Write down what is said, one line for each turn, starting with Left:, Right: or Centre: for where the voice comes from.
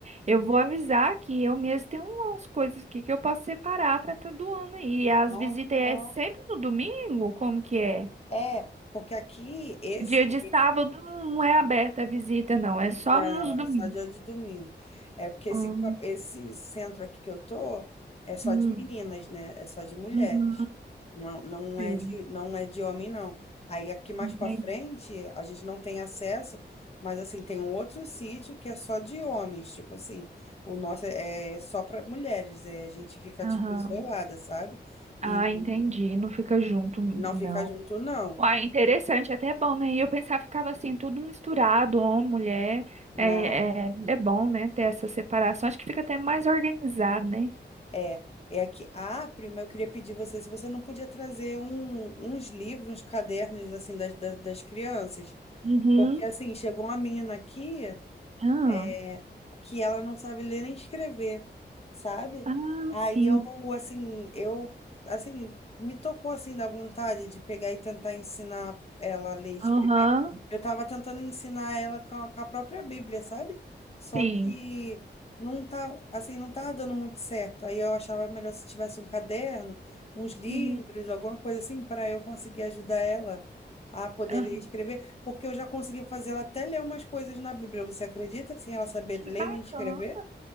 Right: eu vou avisar que eu mesmo tenho umas coisas aqui que eu posso separar para estar doando aí. E as
Left: Ah,
Right: visitas
Left: que bom.
Right: é sempre no domingo? Como que é?
Left: É, porque aqui esse
Right: Dia de sábado não não é aberta a visita, não, é só
Left: Não,
Right: nos domingos.
Left: é só dia de domingo. É porque
Right: Hum,
Left: esse, ca- esse centro aqui que eu tô é só
Right: hum,
Left: de meninas, né? É só de mulheres.
Right: uhum,
Left: Não, não
Right: sei.
Left: é de, não é de homem, não. Aí aqui mais
Right: Entendi.
Left: pra frente a gente não tem acesso, mas assim, tem um outro sítio que é só de homens, tipo assim. O nosso é, é só pra mulheres, é, a gente fica
Right: Aham.
Left: tipo isolada, sabe? E
Right: Ah, entendi.
Left: e
Right: Não fica junto,
Left: não
Right: não.
Left: fica junto, não.
Right: Uai, interessante, até é bom, né? E eu pensava, ficava assim, tudo misturado, homem, mulher.
Left: Não.
Right: É, é, é bom, né? Ter essa separação. Acho que fica até mais organizado, né?
Left: É, é aqui. Ah, prima, eu queria pedir você se você não podia trazer um- uns livros, uns cadernos assim das, das, das crianças,
Right: Uhum.
Left: porque assim chegou uma menina aqui
Right: Ah,
Left: é, que ela não sabe ler nem escrever, sabe?
Right: ah,
Left: Aí
Right: sim.
Left: eu, assim, eu, assim, me tocou, assim, da vontade de pegar e tentar ensinar ela a ler e escrever.
Right: Aham,
Left: Eu tava tentando ensinar ela com a, com a própria Bíblia, sabe? Só
Right: sim.
Left: que não tá, assim, não tá dando muito certo. Aí eu achava melhor se tivesse um caderno, uns livros,
Right: Uhum.
Left: alguma coisa assim, para eu conseguir ajudar ela a poder
Right: Ah,
Left: ler e escrever porque eu já consegui fazer ela até ler umas coisas na Bíblia. Você acredita sem ela saber
Right: Que
Left: ler
Right: bacana.
Left: nem escrever?